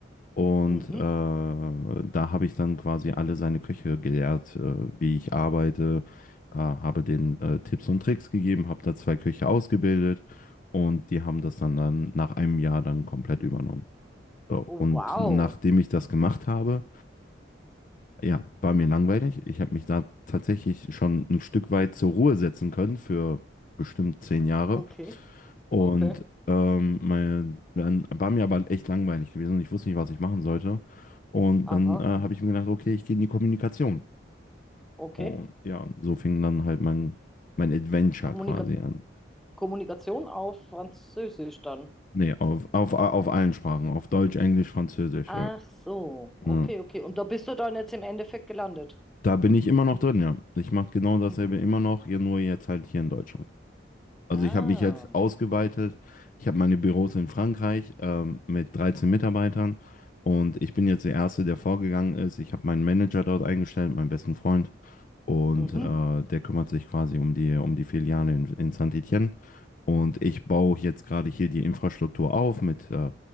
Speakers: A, on the left; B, in the centre.
A: Und
B: Mhm.
A: äh, da habe ich dann quasi alle seine Köche gelehrt, äh, wie ich arbeite, äh, habe denen äh, Tipps und Tricks gegeben, habe da zwei Köche ausgebildet und die haben das dann, dann nach einem Jahr dann komplett übernommen. So,
B: Oh,
A: und
B: wow.
A: nachdem ich das gemacht habe, ja, war mir langweilig. Ich habe mich da tatsächlich schon ein Stück weit zur Ruhe setzen können für bestimmt zehn Jahre.
B: Okay,
A: Und
B: okay.
A: ähm, mein, dann war mir aber echt langweilig gewesen und ich wusste nicht, was ich machen sollte. Und
B: Aha,
A: dann äh, habe ich mir gedacht, okay, ich gehe in die Kommunikation.
B: okay.
A: Und ja, so fing dann halt mein, mein Adventure
B: Kommunika
A: quasi an.
B: Kommunikation auf Französisch dann.
A: Nee, auf, auf, auf allen Sprachen, auf Deutsch, Englisch, Französisch.
B: Ach
A: Ja.
B: so, okay,
A: Ja.
B: okay. Und da bist du dann jetzt im Endeffekt gelandet.
A: Da bin ich immer noch drin, ja. Ich mache genau
B: Mhm.
A: dasselbe immer noch, hier nur jetzt halt hier in Deutschland. Also
B: Ah,
A: ich habe mich jetzt ausgeweitet. Ich habe meine Büros in Frankreich ähm, mit 13 Mitarbeitern und ich bin jetzt der Erste, der vorgegangen ist. Ich habe meinen Manager dort eingestellt, meinen besten Freund und
B: mhm.
A: äh, der kümmert sich quasi um die, um die Filiale in, in Saint-Étienne. Und ich baue jetzt gerade hier die Infrastruktur auf mit äh,